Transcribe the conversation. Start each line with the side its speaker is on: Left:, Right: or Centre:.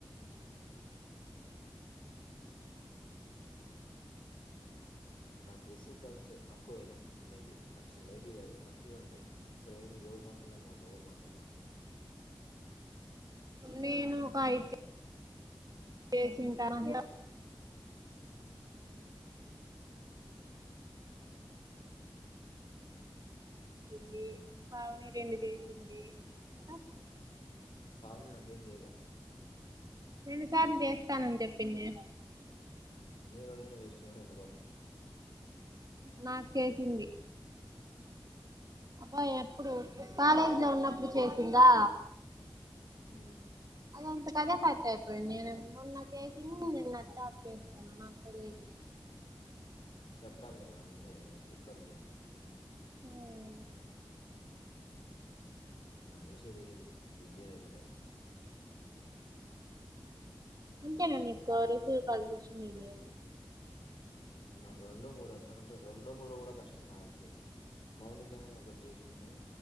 Left: నాకు రిషవ్ కలిసే తక్కువయినాయి మేబీ ఖచ్చిత మేబీ కాదు తక్కువగా ఉంటాయి, అసలు ఏం ఎవరు మాట్లాడినాను మా ఎవరు మాట్లాడునా
Right: నేను కాయితే చెసింట <unintelligible>
Left: హ్మ్.
Right: ల్లి పవని ఎం చేసింది ఇంకా
Left: పావును నాకేం చేయరా
Right: రెండు సార్లు దేవస్థాన చెప్పిన్న
Left: నవెల్నే వస్ చి హంట పాబ
Right: నాకు చేసింది అబ్బా ఎప్పుడు కాలేజీ లో ఉన్నప్పుడు చేసిందా
Left: హ్మ్.
Right: అది అంత కదే కట్ అయిపోయింది నేను మొన్న చేసింది నేను నట్ ఆఫ్ చేస్తున్నా నాకు తెలిదు
Left: చెప్పాలి కదా అంది తిక్కలది
Right: మ్మ్
Left: మనిషి దిగింది బుద్ధి దిగలే
Right: అంతే నమ్ ఇకు రసీవ్ కల్ సషన్ ఇదయా
Left: నాకు రెండో మూడు అంతకంటే రెండో మూడు కూడా కష్టం నా కలిసి మౌనిక ఒకటి చేసిండే